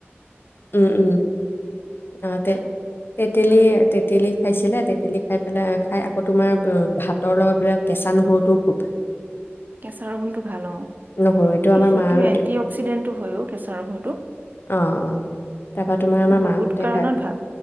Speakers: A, on the left; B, on the right.
A: উম উম অ তে তেতেলী তেতেলী খাইছিলে তেতেলি খাই পেলাই খাই আকৌ তোমাৰ ভাতৰ লগত বোলে কেঁচা নহৰুটোও খুব
B: কেঁচা ৰহুনটো ভাল অ,
A: নহৰু এইটো আমাৰ
B: সেইটো
A: মা আৰু
B: এন্টি
A: দে
B: অক্সিডেন্টো হয়ও কেঁচা ৰহুনতটো
A: অ অ তাৰপৰা তোমাৰ আমাৰ
B: বহুত
A: মাহঁতে
B: কাৰণত
A: খাই
B: ভাল